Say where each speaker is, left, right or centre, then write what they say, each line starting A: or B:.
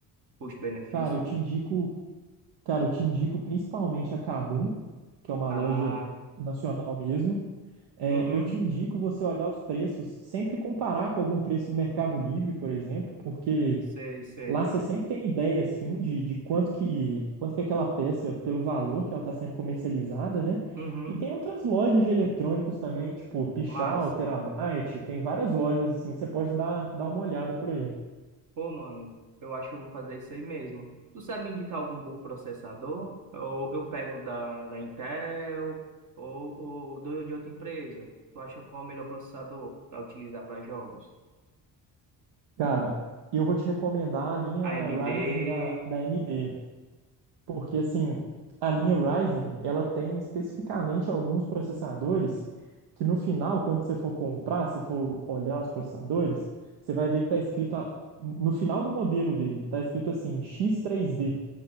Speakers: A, on the right; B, on the right.
A: custo-benefício?
B: Cara, eu te indico Cara, eu te indico principalmente a Kabum, que é uma
A: Ah,
B: loja nacional mesmo. É,
A: uhum,
B: eu te indico você olhar os preços, sempre comparar com algum preço do Mercado Livre, por exemplo, porque
A: sei, sei.
B: lá você sempre tem ideia, assim, de, de quanto que, quanto que aquela peça, pelo valor que ela está sendo comercializada, né?
A: Uhum,
B: E tem outras lojas de eletrônicos também, tipo Pichal,
A: massa.
B: Terabyte, tem várias lojas, assim, que você pode dar, dar uma olhada por aí.
A: Pô, mano, eu acho que eu vou fazer isso aí mesmo. Tu sabe me indicar algum bom processador? Ou eu pego da, da Intel ou, ou do- de outra empresa? Tu acha qual é o melhor processador para utilizar para jogos?
B: Cara, eu vou te recomendar a linha
A: AMD?
B: Ryzen da, da AMD. porque assim, a linha Ryzen, ela tem especificamente alguns processadores que no final, quando você for comprar, se for olhar os processadores, você vai ver que está escrito a- no final do modelo dele, está escrito assim, X3D.